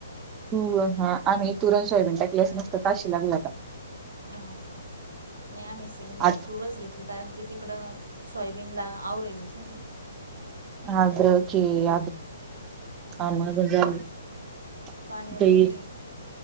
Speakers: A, on the right; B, on the right.
A: तूर हा आम्ही तुरं आणि सोयाबीन टाकली. हाताशी लागली आता
B: हा हा नाही आम्ही सिंगल
A: आ
B: तूरच घेत कारण की तिकड सोयाबीनला ऍव्हरेजच नाही.
A: अद्रक ची अणि आद्रक <unintelligible>
B: हा
A: <unintelligible>
B: पाण्यावर
A: तेई
B: लावेल